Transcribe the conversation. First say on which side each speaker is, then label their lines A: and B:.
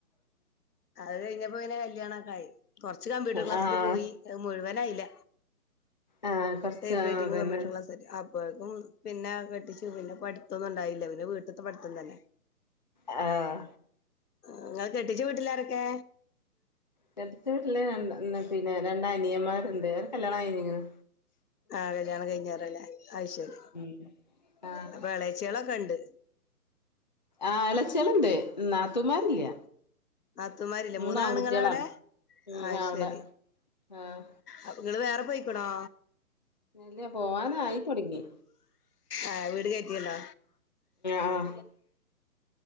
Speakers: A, on the left; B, on the left.
A: അത് കഴിഞ്ഞപ്പോ പിന്നെ കല്യാണക്കായി കുറച്ച് കമ്പ്യൂട്ടർ
B: ആഹ്
A: ക്ലാസ്സിന് പോയി മുഴുവൻ ഇല്ല ഇല്ല
B: ആഹ് കൊറച്ച്
A: ടപ്പ്റൈറ്റിംങ്
B: അതന്നെ
A: കംപ്യൂട്ടർക്ലാസ്സ്ക്ക് കൾക്കും പിന്നെ കെട്ടിച്ചു പിന്നെ പഠിത്തന്നും ഉണ്ടായില്ല പിന്നെ വീട്ടത്തെ പഠിത്തം തന്നെ
B: അഹ്
A: നിങ്ങൾ കെട്ടിച്ച വീട്ടിലാരൊക്കെ
B: കെട്ടിച്ച വിട്ടിൽ പിന്നെ രണ്ട് അനിയന്മാരുണ്ട് അവറെ കല്യാണം കഴിഞ്ഞിക്കണ്ണ
A: ആ കല്യാണം കഴിഞ്ഞറല്ലേ അഴിശേരി
B: ഉം ആഹ്
A: അപ്പൊ എളാച്ചികളൊക്കെ ഉണ്ട്
B: ആ എളച്ചളിണ്ട് നാത്തൂമാരില്ല
A: നാത്തുമാരില്ലേ
B: മൂന്ന്
A: മൂന്നാണുങ്ങള
B: ആൺകുട്ടികളാണ്
A: അവിടെ
B: ഉം
A: ആയിശരി
B: അവിടെ ആഹ്
A: അപ്പ ഇങ്ങള് വേറെ പോയിക്കണോ
B: ഇല്ല പോവാനായി തുടങ്ങി
A: ആ വീട് കയറ്റിയല്ലോ
B: ആഹ്